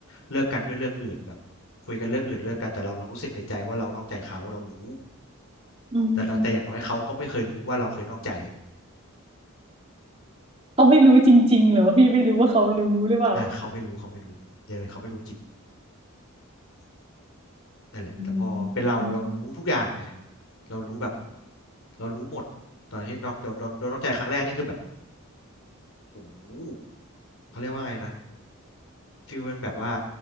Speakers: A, on the left; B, on the right.
A: เลิกกันด้วยเรื่องอื่นแบบคุยกันเรื่องอื่นเลิกกันแต่เรายังรู้สึกในใจว่าเรานอกใจเขาเรารู้
B: อืม
A: แต่เราแต่อย่างน้อยเขาก็ไม่เคยรู้ว่าเราเคยนอกใจ
B: เขาไม่รู้จริงๆเหรอพี่ไม่รู้ว่าเขารู้หรือเปล่า
A: เออเขาไม่รู้เขาไม่รู้อย่าเลยเขาไม่รู้จริงอืมนั่นแหละแต่พอเป็นเราเรารู้ทุกอย่างไง
B: อืม
A: เรารู้แบบเรารู้หมดตอนที่นอกโดนโดนโดนนอกใจครั้งแรกนี่คือแบบโอ้โหเขาเรียกว่าไงนะฟีลเป็นแบบว่า